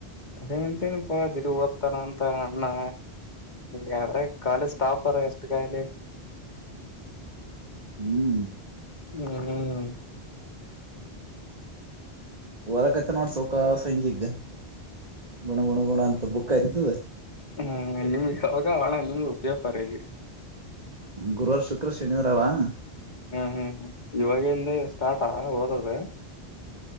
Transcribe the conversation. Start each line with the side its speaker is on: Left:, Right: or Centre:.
Left: ಎಂತೇನಪ್ಪಾ ಜಿಗು ಓದ್ತಾನ ಅಂತಾ ನಾ ಯಾದ್ರಗ ಕಾಲೇಜ್ ಸ್ಟಾಪರ್ ಎಷ್ಟು ಗಾಲೆ
Right: ಹ್ಮ್ಹೂ
Left: ಹ್ಮ್ಮ್
Right: ಓದಕತ್ತಾನ ನೋಡ್ ಸೌಕಾಸ್ ಹಿಂಗಗ್ ಗೊಣ ಗೊಣ ಗೊಣಾ ಅಂತ ಬುಕ್ ಇದು
Left: ಹ್ಮ ನಿಮ್ಗ ಹೊಗಾವಳ್ಳ ನಿಮ್ಗೆ ಪೆಪರ್ ಈಗ
Right: ಗುರುವಾರ ಶುಕ್ರ ಶನಿವಾರ ಅವಾ
Left: ಹ್ಮ್ ಹ್ಮ್ ಇವಾಗಿಂದ ಸ್ಟಾರ್ಟಾ ಓದದ